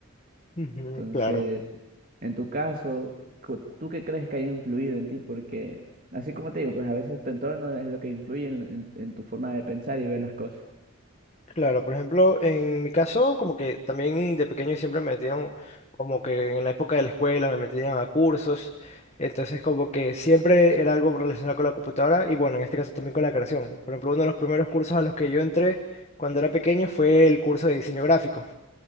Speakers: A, on the left; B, on the right.
A: ujú,
B: Entonces,
A: claro.
B: en tu caso, cu- ¿tú qué crees que haya influido en ti? Porque, así como te digo, pues a veces tu entorno es lo que influye en, en- en tu forma de pensar y ver las cosas.
A: Claro, por ejemplo, en mi caso, como que también de pequeño siempre me metieron, como que en la época de la escuela me metían a cursos, entonces como que siempre era algo relacionado con la computadora y bueno, en este caso también con la creación. Por ejemplo, uno de los primeros cursos a los que yo entré cuando era pequeño fue el curso de diseño gráfico,